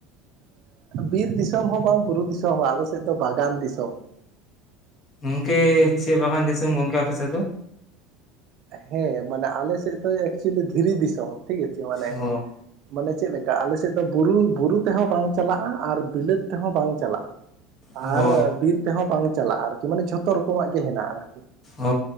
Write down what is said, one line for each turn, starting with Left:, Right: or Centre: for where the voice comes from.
Right: ᱵᱤᱨ ᱫᱤᱥᱚᱢ ᱦᱚᱸ ᱵᱟᱝ ᱵᱩᱨᱩ ᱫᱤᱥᱚᱢ ᱦᱚᱸ ᱵᱟ ᱟᱞᱮᱥᱮᱫ ᱫᱚ ᱵᱟᱜᱟᱱ ᱫᱤᱥᱚᱢ ᱾
Left: ᱜᱚᱝᱠᱮ ᱪᱮ ᱵᱟᱜᱟᱱ ᱫᱤᱥᱚᱢ ᱜᱚᱝᱠᱮ ᱟᱯᱮ ᱥᱮ ᱫᱚ?
Right: ᱦᱮᱸ ᱢᱟᱱᱮ ᱟᱞᱮ ᱥᱮᱫ ᱫᱚ ᱮᱠᱪᱩᱭᱞᱤ ᱫᱷᱤᱨᱤ ᱫᱤᱥᱚᱢ, ᱴᱷᱤᱠ ᱟᱪᱪᱷᱮ ᱢᱟᱱᱮ
Left: ᱚ
Right: ᱢᱟᱱᱮ ᱪᱮᱫ ᱞᱮ ᱠᱟ ᱟᱞᱮᱥᱮᱫ ᱫᱚ ᱵᱩᱨᱩ-ᱵᱩᱨᱩ ᱛᱮᱦᱚᱸ ᱵᱟᱝ ᱪᱟᱞᱟᱜ-ᱟ ᱟᱨ ᱵᱤᱞᱟᱹᱛ ᱛᱮᱦᱚᱸ ᱵᱟᱝ ᱪᱟᱞᱟᱜ-ᱟ᱾
Left: ᱚ
Right: ᱟᱨ ᱵᱤᱨ ᱛᱮᱦᱚᱸ ᱵᱟᱝ ᱪᱟᱞᱟᱜ ᱟᱨᱠᱤ, ᱢᱟᱱᱮ ᱡᱷᱚᱛᱚ ᱨᱚᱠᱚᱢᱟᱜ ᱜᱮ ᱦᱮᱱᱟᱼᱟ᱾ ᱟᱨ
Left: ᱚᱻ